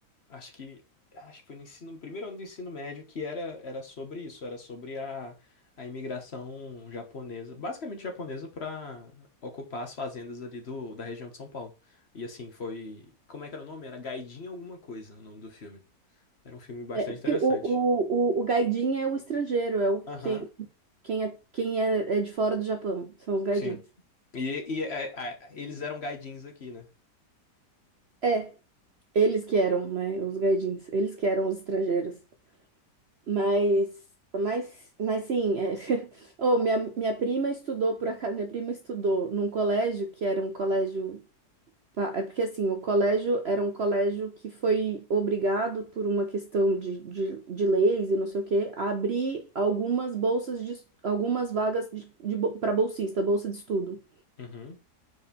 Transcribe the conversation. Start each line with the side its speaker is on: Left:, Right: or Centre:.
Left: acho que acho que foi no ensino, no primeiro ano do ensino médio, que era, era sobre isso, era sobre a, a imigração japonesa, basicamente japonesa, para ocupar as fazendas ali do, da região de São Paulo. E assim, foi. Como é que era o nome? Era Gaidin alguma coisa, o nome do filme. Era um filme bastante
Right: É, porque
Left: interessante.
Right: o, o, o, o gaidin é o estrangeiro, é o
Left: Aham,
Right: quem, quem, é, quem é, é de fora do Japão, são os gaidins.
Left: sim. E, e, é, é, eles eram gaidins aqui, né?
Right: É, eles que eram, né? Os gaidins, eles que eram os estrangeiros. Mas, mas, mas sim, é. <laughs> Oh, minha, minha prima estudou, por acaso, minha prima estudou num colégio que era um colégio. pa- É porque assim, o colégio era um colégio que foi obrigado por uma questão de, de, de leis e não sei o quê, a abrir algumas bolsas de, es- algumas vagas de, de, para bolsista, bolsa de estudo.
Left: Uhum.